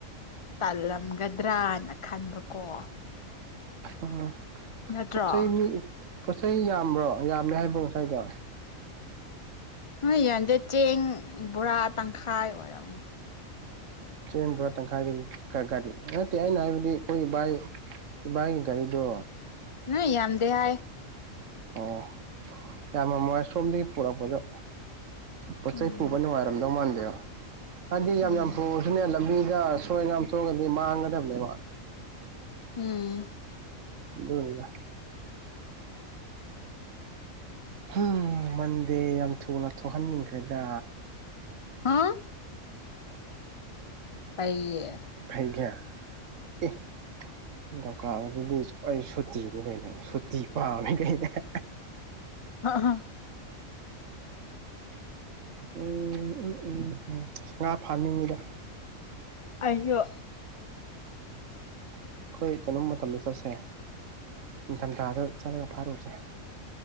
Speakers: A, on the left; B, on the right.
A: ꯇꯥꯜꯂꯝꯒꯗ꯭ꯔꯅ ꯈꯟꯕꯀꯣ
B: ꯎꯝ
A: ꯅꯠꯇ꯭ꯔꯣ
B: ꯄꯣꯠ ꯆꯩ <unintelligible> ꯄꯣꯠꯆꯩ ꯌꯥꯝꯕ꯭ꯔꯣ ꯌꯥꯝꯃꯦ ꯍꯥꯏꯕꯣ ꯉꯁꯥꯏꯗꯣ
A: ꯍꯣꯏ ꯌꯝꯗꯦ ꯆꯦꯡ ꯕꯣꯔꯥ ꯇꯪꯈꯥꯏ ꯑꯣꯏꯔꯝ ꯅꯤ
B: ꯆꯦꯡ ꯕꯣꯔꯥ ꯇꯪꯈꯥꯏꯗꯒꯤ ꯒꯥꯔꯤ ꯅꯠꯇꯦ ꯑꯩꯅ ꯍꯥꯏꯕꯗꯤ ꯑꯩꯈꯣꯏ ꯕꯥꯏ ꯏꯕꯥꯏ ꯒꯥꯔꯤꯗꯣ
A: ꯅꯣꯏ ꯌꯥꯝꯗꯦ ꯍꯥꯏ
B: ꯑꯣ ꯌꯥꯝ ꯃꯝ ꯃꯣꯏ ꯁꯣꯝꯗꯒꯤ ꯄꯣꯔꯛ ꯄꯗꯣ ꯄꯣꯠꯆꯩ
A: ꯎꯝ
B: ꯄꯨꯕ ꯅꯨꯡꯉꯥꯏꯔꯝꯗꯧ ꯃꯥꯟꯗꯦꯕ ꯍꯥꯏꯗꯤ
A: ꯎꯝ
B: ꯌꯥꯝ ꯌꯥꯝ ꯄꯨꯔꯁꯨꯅꯦ ꯂꯝꯕꯤ ꯁꯤꯗ ꯑꯁꯣꯏ ꯑꯉꯥꯝ ꯊꯣꯛꯑꯒꯗꯤ ꯃꯥꯡꯒꯗꯕꯅꯦꯕ
A: ꯎꯝ
B: ꯑꯗꯨꯅꯤꯗ ꯍꯝ ꯃꯟꯗꯦ ꯌꯥꯝ ꯊꯨꯅ ꯊꯣꯛꯍꯟꯅꯤꯡꯈ꯭ꯔꯦꯗ
A: ꯍꯥꯥ ꯀꯩꯒꯤ
B: ꯐꯩꯒ꯭ꯌꯥ ꯑꯦ ꯅꯤꯊꯧꯀꯥꯕꯗꯨꯗꯤ ꯑꯩ ꯁꯨꯇꯤꯅꯤ ꯀꯩꯅꯣ ꯁꯨꯇꯤ ꯄꯥꯝꯃꯤ ꯀꯩꯅꯣ <inaudible>
A: ꯍꯥ ꯍꯥꯥ
B: ꯎꯝ ꯎ ꯎꯝ ꯎꯝ ꯑꯁ ꯉꯥ ꯐꯥꯅꯤꯡꯉꯤꯗ
A: ꯑꯩꯁꯨ
B: ꯑꯩꯈꯣꯏ ꯀꯩꯅꯣꯝ ꯃꯇꯝꯗ ꯆꯠꯁꯦ ꯅꯤꯡꯊꯝꯊꯥꯗ ꯆꯠꯂꯒ ꯐꯥꯔꯨꯔꯁꯦ